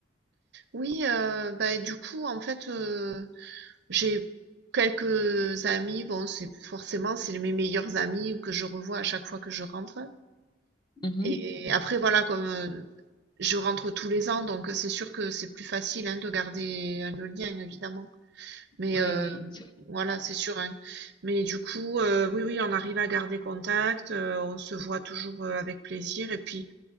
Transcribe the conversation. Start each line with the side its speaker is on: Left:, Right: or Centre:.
Right: Oui, euh, bah, du coup, en fait, euh, j'ai quelques amis, bon, c'est forcément, c'est mes meilleurs amis que je revois à chaque fois que je rentre.
Left: mhm.
Right: Et après, voilà, comme euh, je rentre tous les ans, donc c'est sûr que c'est plus facile hein, de garder euh, le lien, évidemment. Mais
Left: Ouais,
Right: euh,
Left: ouais. c'est-
Right: voilà, c'est sûr. hein. Mais du coup, euh, oui, oui, on arrive à garder contact, euh, on se voit toujours euh, avec plaisir. Et puis,